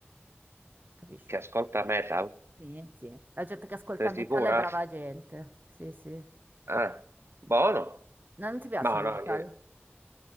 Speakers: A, on the right; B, on the right.
A: capisci?
B: che ascolta metal,
A: Sì, sì. La gente che ascolta
B: sei
A: metal
B: sicura?
A: è brava gente. Sì, sì. No,
B: Eh, buono.
A: Non ti piace
B: Ma
A: il
B: no,
A: metal?
B: no,